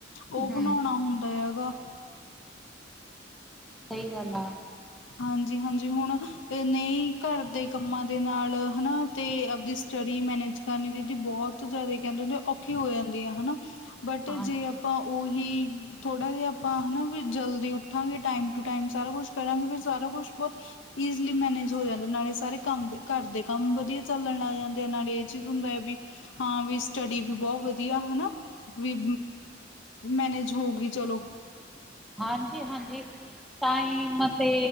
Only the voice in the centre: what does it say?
ਹੂੰ
ਸਹੀ ਗੱਲ ਆ।
ਹਾਂ
ਹਾਂਜੀ- ਹਾਂਜੀ ਟਾਈਮ ਤੇ